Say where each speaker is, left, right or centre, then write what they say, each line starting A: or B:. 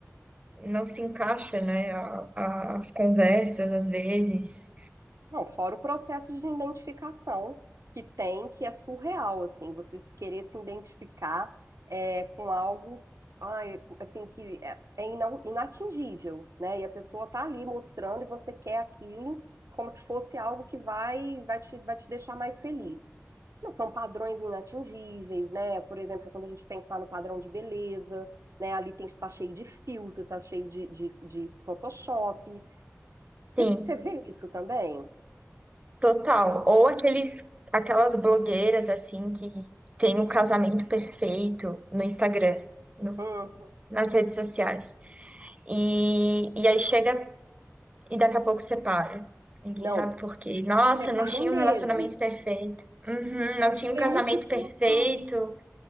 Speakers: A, on the right; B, on the right.
A: não se encaixa, né? a- a- as conversas, às vezes.
B: Não, fora o processo de identificação que tem, que é surreal, assim, você se querer se identificar é, com algo, ai, assim, que é, é ina- inatingível, né? E a pessoa tá ali mostrando e você quer aquilo como se fosse algo que vai, vai te, vai te deixar mais feliz. Não, são padrões inatingíveis, né? Por exemplo, quando a gente pensar no padrão de beleza, né? Ali tem, tá cheio de filtro, tá cheio de, de, de Photoshop. Você
A: Sim,
B: você vê isso também?
A: total. Ou aqueles, aquelas blogueiras, assim, que têm o casamento perfeito no Instagram, no-
B: Hum.
A: nas redes sociais. E, e aí chega e daqui a pouco separa. Ninguém
B: Não,
A: sabe por quê. Nossa,
B: separa
A: não tinha
B: em meses.
A: um relacionamento perfeito. Uhum, não tinha um
B: Tem
A: casamento
B: umas que separa.
A: perfeito.